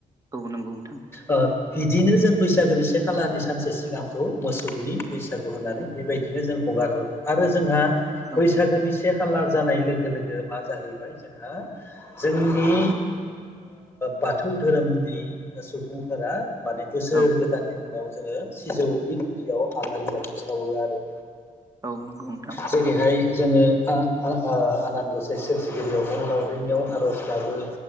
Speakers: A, on the right; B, on the left.
A: औ नंगौ नोंथां
B: ओ बिदिनो जों बैसागोनि से खालारनि सानसे सिगांखौ मोसौनि बैसागु होननानै बेबायदिनो जों हगारबोदों आरो जोंहा
A: औ
B: बैसागोनि से खालार जानाय लोगो लोगो मा जाहैबाय जोंहा जोंनि बाथौ धोरोमनि सुबुंफोरा माने बोसोर
A: औ
B: गोदाननि मुङाव जोङो सिजौनि गुन्दियाव आलारि बाथि सावो आरो
A: औ नोंगौ नोंथां
B: जेरैहाय जोङो आनान गसाइ सोरजिगिरियाव बं लावरिनियावन आरज गाबो